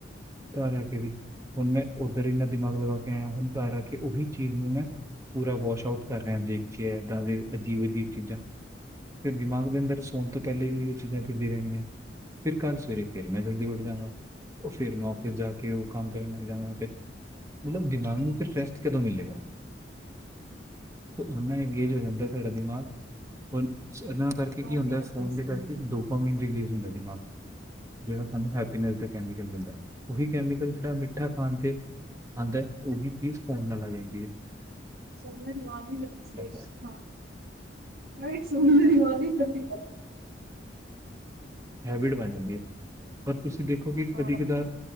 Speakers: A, on the right (about 15°); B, on the right (about 55°).
A: ਘਰ ਆ ਕੇ ਵੀ। ਹੁਣ ਮੈਂ ਉੱਧਰ ਇਹਨਾ ਦਿਮਾਗ ਲਗਾ ਕੇ ਆਇਆ ਹੁਣ ਘਰ ਆ ਕੇ ਉਹੀ ਚੀਜ਼ ਨੂੰ ਮੈਂ ਪੂਰਾ ਵਾਸ਼ ਆਊਟ ਕਰ ਰਿਹਾ ਦੇਖ ਕੇ ਏਦਾਂ ਦੇ ਅਜੀਬ-ਅਜੀਬ ਚੀਜ਼ਾਂ, ਤੇ ਦਿਮਾਗ ਦੇ ਅੰਦਰ ਸੋਣ ਤੋਂ ਪਹਿਲੇ ਵੀ ਚੀਜ਼ਾਂ ਫਿਰਦੀਆਂ ਰਹਿਣਗੀਆਂ ਫਿਰ ਕੱਲ ਸਵੇਰੇ ਫਿਰ ਮੈਂ ਜਲਦੀ ਉੱਠ ਜਾਣਾ। ਉਹ ਫਿਰ ਮੈਂ ਔਫਿਸ ਜਾ ਕੇ ਕਿ ਉਹ ਕੰਮ ਕਰਨ ਲੱਗ ਜਾਂਗਾ ਤੇ, ਮਤਲਬ ਦਿਮਾਗ ਨੂੰ
B: ਹਾਂਜੀ,
A: ਫਿਰ ਸ ਰੈਸਟ ਕਦੋਂ ਮਿਲੇਗਾ। ਇਨਾ ਇੰਗੇਜ ਹੋ ਜਾਂਦਾ ਸਾਡਾ ਦਿਮਾਗ, ਹੁਣ ਕੁਛ ਨਾ ਕਰਕੇ
B: ਹਾਂਜੀ।
A: ਕੀ ਹੁੰਦਾ, ਫੋਨ ਦੇ ਕਰਕੇ ਡੋਪਾਮੀਨ ਰਿਲੀਜ਼ ਹੁੰਦਾ ਦਿਮਾਗ ਜਿਹੜਾ ਸਾਨੂੰ ਹੈਪੀਨੈਸ ਦਾ ਕੈਮੀਕਲ ਮਿਲਦਾ, ਉਹੀ ਕੈਮੀਕਲ ਜਿਹੜਾ ਮਿੱਠਾ ਖਾਣ ਤੇ ਆਂਦਾ, ਉਹੀ ਪੀਜ਼ ਫੋਨ ਨਾਲ ਆ ਜਾਂਦੀ ਏ।
B: ਸੋਨੇ ਦੀ ਅਵਾਜ਼ ਵੀ ਲੱਗੀ ਸੀ <unintelligible>
A: ਹੈ।
B: ਨਹੀਂ, ਸੁੰਨੇ ਦੀ ਅਵਾਜ਼ ਈ ਏਦਾਂ ਦੀ ਆ।
A: ਹੈਬੀਟ ਬਣ ਜਾਂਦੀ ਏ, ਪਰ ਤੁਸੀਂ ਦੇਖੋ ਕਿ
B: ਹਾਂ
A: ਕਦੀ-ਕਦਾਰ,
B: ਮੈਂ